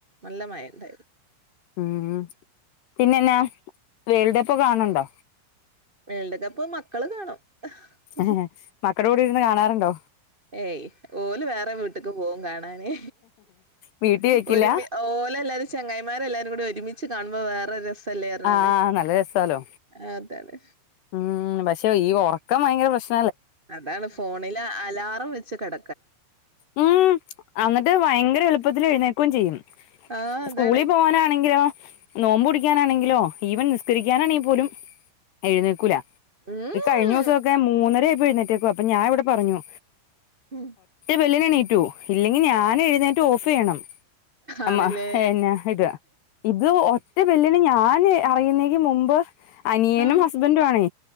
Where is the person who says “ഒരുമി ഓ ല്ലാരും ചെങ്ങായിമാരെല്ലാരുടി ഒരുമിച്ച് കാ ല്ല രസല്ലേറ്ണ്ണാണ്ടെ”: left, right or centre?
Right